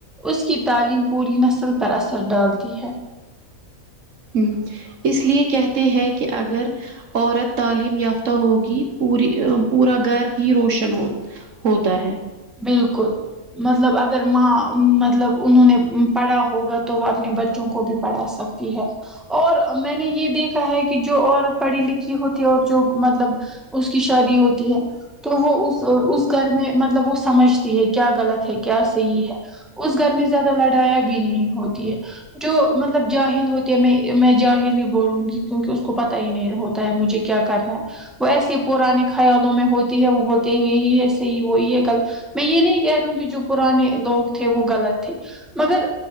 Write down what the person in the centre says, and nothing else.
اس کی تعلیم پوری نسل پر اثر ڈالتی ہے
بالکل مطلب اگر ماں مطلب انہوں نے پڑھا ہوگا تو وہ اپنے بچوں کو بھی پڑھا سک ہے اور میں نے یہ دیکھا ہے کہ جو عورت پڑھی لکھی ہوتی اور جو مطلب اس کی شادی ہوتی ہے تو وہ اس اس گھر میں مطلب اس سمجھتی ہے کیا غلط ہے کیا صحیح ہے اس گھر میں زیادہ لڑایاں بھی نہیں ہوتی ہے جو مطلب جاہل ہوتی ہے میں میں جاہل ہی بولونگی کیونکہ اس کو پتہ ہی نہیں ہو پتہ ہے مجھے کیا کرنا ہے وہ ایسے پرانے خیالوں میں ہوتی ہے وہ بولتے ہیں یہی ہےصحیح وہی ہے کل میں یہ نہیں کہہ رہی ہوں کہ جو پرانے لوگ تھے وہ غلط تھے مگر